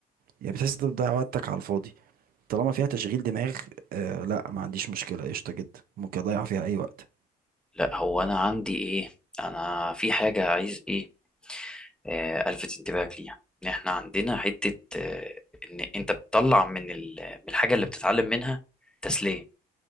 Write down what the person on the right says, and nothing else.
يعني بتحس انت بتضيع وقتك على الفاضي طالما فيها تشغيل دماغ آه لا ما عنديش مشكله قشطه جدا ممكن اضيع فيها اي وقت